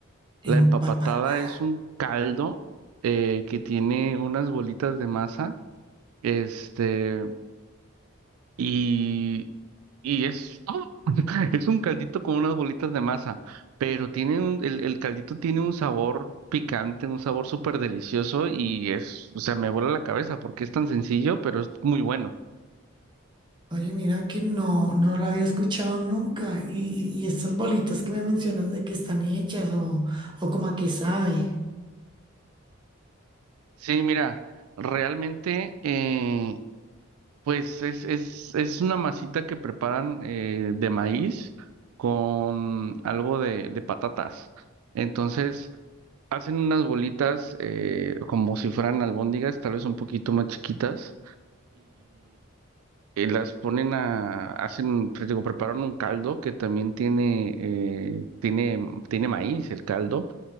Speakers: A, on the right; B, on the right.
A: La
B: empapatada.
A: empapatada es un caldo eh, que tiene unas bolitas de masa, este, y, y es todo. <laughs> Es un caldito con unas bolitas de masa, pero tiene un, el, el caldito tiene un sabor picante, un sabor súper delicioso y es, o sea, me vuela la cabeza porque es tan sencillo, pero es muy bueno.
B: Oye, mira que no, no lo había escuchado nunca. Y, y, y estas bolitas que me mencionas de que están hechas o, o como a qué sabe.
A: Sí, mira, realmente, eh, pues es, es, es una masita que preparan eh, de maíz con algo de, de patatas. Entonces, hacen unas bolitas eh, como si fueran albóndigas, tal vez un poquito más chiquitas. eh, las ponen a, hacen, pues, digo, preparan un caldo que también tiene, eh, tiene, tiene maíz el caldo.